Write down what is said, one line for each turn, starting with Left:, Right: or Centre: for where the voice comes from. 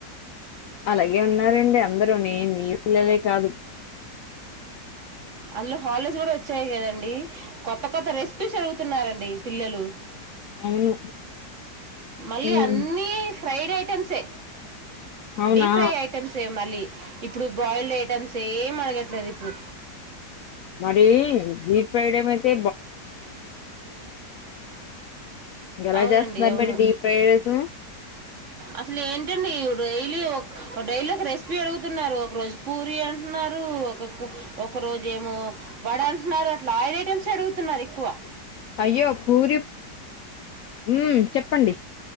Left: అలాగే ఉన్నారండి అందరూ నీ నీ పిల్లలే కాదు
Right: అందులో హాలిడేస్ కూడా వచ్చాయి కదండి కొత్త కొత్త రెసిపీస్ అడుగుతున్నారండి పిల్లలు
Left: అవును
Right: మళ్ళీ
Left: ఉమ్
Right: అన్నీ ఫ్రైడ్ ఐటమ్స్ఎ
Left: అవునా
Right: డీ ఫ్రై ఐటమ్సే మళ్ళీ ఇప్పుడు బాయిల్డ్ ఐటెమ్స్ ఏం అడగట్లేదు ఇప్పుడు
Left: మరీ డీఫ్రైడేమయితే ఎలా
Right: అవునండి
Left: చేస్తున్నారు
Right: అవును
Left: మరి డీప్ ఫ్రైడ్ రైస్
Right: అసలు ఏంటండి ఈ డైలీ ఒక డైలీ ఒక రెసిపీ అడుగుతున్నారు ఒక రోజు పూరి అంటున్నారు ఒకొక్క ఒక రోజేమో వడ అంటున్నారు అట్ల ఆయిల్ ఐటెమ్సే అడుగుతున్నారు ఎక్క్ క్కువ
Left: అయ్యో పూరి ఉమ్ చెప్పండి